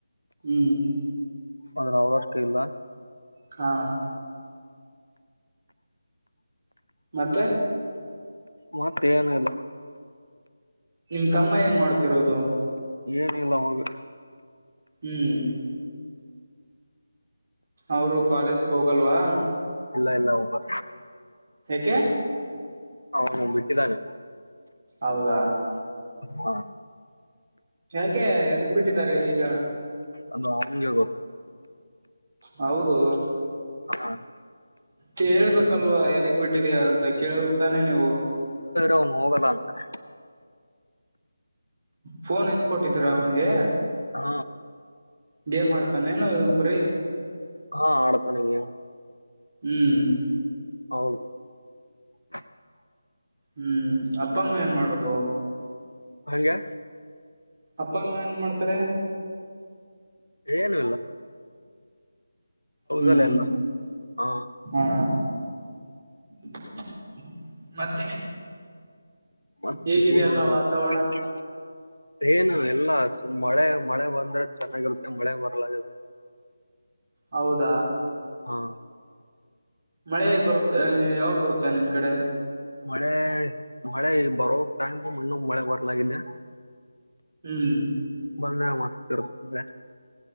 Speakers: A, on the right (about 40°); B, on the left (about 80°).
A: ಹ್ಮ್.
B: ಆದ್ರೆ ಅವರ ಅಷ್ಟು ಇಲ್ಲ.
A: ಹಾ. ಮತ್ತೆ.
B: ಮತ್ತೇನು ಇಲ್ಲ.
A: ನಿಮ್ ತಮ್ಮ ಏನ್ ಮಾಡ್ತಿರೋದು.
B: ಏನಿಲ್ಲ ಅವಾಗ.
A: ಹ್ಮ್. ಅವರು ಕಾಲೇಜ್ಕ ಹೋಗಲ್ವಾ.
B: ಇಲ್ಲ ಇಲ್ಲ ಹೊ ಬಾ.
A: ಏಕೆ.
B: ಅವನು ಬಿಟ್ಟಿದ್ದಾನೆ.
A: ಹೌದಾ.
B: ಹಾ.
A: ಯಾಕೆ ಏದಿಕ ಬಿಟ್ಟಿದ್ದಾರೆ ಈಗ.
B: ಅದು ಹಂಗೆ ಗೊ
A: ಹೌದು
B: ಹ.
A: ಕೇಳ್ಬೇಕಲ್ವಾ ಎದಗ್ ಬಿಟ್ಟ. ಟ್ಟಿದ್ಯಾ ಅಂತ ಕೇಳಬಕ್ತಾನೆ ನೀವು.
B: ಅವನ್ ಹೋಗಲ್ಲಾ ಅಂತಾನೆ.
A: ಫೋನ್ ಇಸ್ದ ಕೊಟ್ಟಿದ್ರ ಅವನಿಗೆ.
B: ಹ.
A: ಗೇಮ್ ಆಡ್ತಾನೇನು ಏನು ಬರೀ.
B: ಹಾ ಆಡ್ತಾನೆ ಗೇಮ್.
A: ಹ್ಮ್
B: <unintelligible>
A: ಹ್ಮ್ ಅಪ್ಪ ಅಮ್ಮ ಏನ್ ಮಾಡದು
B: ಹಂಗೆ
A: ಅಪ್ಪ ಅಮ್ಮ ಏನ್ ಮಾಡ್ತಾರೆ
B: ಏನು ಇಲ್ಲ ಹೌದದೆಲ್ಲ
A: ಹ್ಮ್
B: ಎಲ್ಲ ಹಾ
A: ಹಾ <inaudible> ಮತ್ತೆ
B: ಮತ್ತ
A: ಹೇಗಿದೆ
B: ಹರ
A: ಎಲ್ಲ ವಾತಾವರಣ
B: <inaudible> ಏನು ಎಲ್ಲ ಮಳೆ ಮಳೆ ಬಂದ್ರೆ ಚೆನ್ನಾಗಿರುತ್ತೆ ಮಳೆ ಬರ್ಲದೆ
A: ಹೌದಾ
B: ಹಾ
A: ಮಳೆ ಹೆಗ್ ಬರುತ್ತೆ ಯಾವಾಗ ಬರುತ್ತೆ ನಿಮ್ ಕಡೆ
B: ಮಳೆ ಮಳೆ ಬರೋ ಟೈಮು ಮಣ್ಣು ಮಳೆ ಬರ್ಲಾಗಿದೆ
A: ಹ್ಮ್
B: ಬಂದ್ರ ಮಾಸಕ್ಕೆ ಇರುತ್ತ್ರೆ <unintelligible>